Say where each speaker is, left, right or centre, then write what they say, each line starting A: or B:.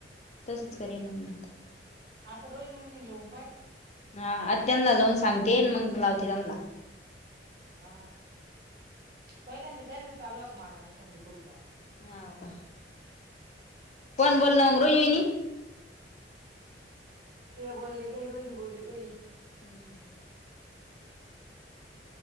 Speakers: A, on the left; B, on the right.
A: तेच करीन मी आता
B: आता रोहिणी म्हणे लावून पाहा.
A: हा आ त्यांना लावून सांगते मग लावते त्यांना,
B: हा पहिल्यांदा त्यांत चालू आहेत माझा म्हणशां बऊचा
A: हो का कोण बोलल मग रोहिणी
B: के बोलले काही रोहीनी बोलली काही,
A: हम्म